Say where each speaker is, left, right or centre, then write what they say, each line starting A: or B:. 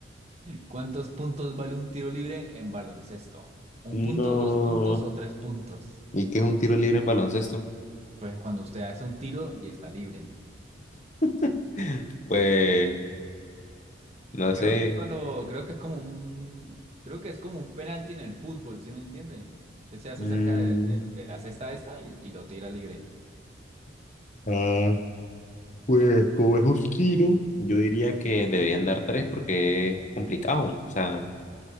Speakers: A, on the right; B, on the left.
A: ¿Cuántos puntos vale un tiro libre en baloncesto? ¿Un
B: No.
A: punto, dos puntos o tres puntos?
B: ¿Y qué es un tiro libre en baloncesto?
A: Pues cuando usted hace un tiro y está libre.
B: <laughs> Pues, no
A: Creo
B: sé.
A: que es cuando, creo que es como un, creo que es como un penalti en el fútbol, ¿sí me entiende? Usted se hace
B: Mm,
A: cerca de, de- de la cesta esta y, y lo tira libre.
B: ah, pues como es un tiro, yo diría que deberían dar tres porque es complicado. O sea,